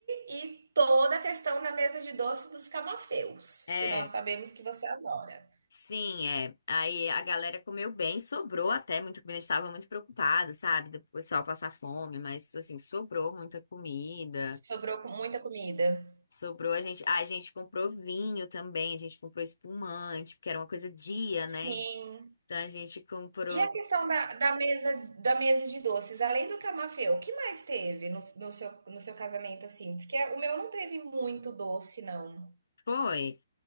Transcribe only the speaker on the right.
e toda a questão da mesa de doce dos camafeus,
que nós sabemos que você adora.
Sobrou com muita comida?
Sim.
E a questão da, da mesa da mesa de doces, além do camafeu, o que mais teve no, no seu, no seu casamento, assim? Porque o meu não teve muito doce, não.